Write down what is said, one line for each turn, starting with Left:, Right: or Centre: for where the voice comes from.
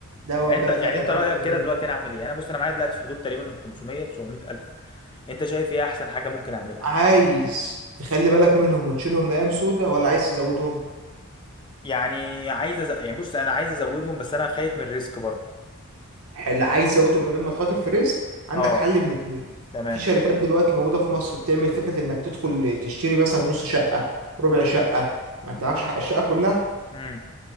Right: ده هو
Left: يعني
Right: بقى
Left: انت
Right: الفرق
Left: يعني
Right: يا
Left: انت
Right: معلم
Left: رايك
Right: بين
Left: كده
Right: الاتنين
Left: دلوقتي انا اعمل ايه انا بص انا معايا دلوقتي في حدود تقريبا من 500 ل 700 الف انت شايف ايه احسن حاجه ممكن اعملها
Right: عايز تخلي بالك منهم وتشيلهم لأيام سودة ولا عايز تزودهم
Left: يعني عايز أز... يعني بص انا عايز ازودهم بس انا خايف من الريسك برضو
Right: حل عايز تزودهم من غير ما تخاطر في ريسك عندك
Left: اه
Right: حل من اتنين
Left: تمام
Right: في شركات دلوقتي موجودة في مصر بتعمل فكرة انك تدخل تشتري مثلا نص شقة ربع شقة ما انت معكش حق الشقة كلها
Left: امم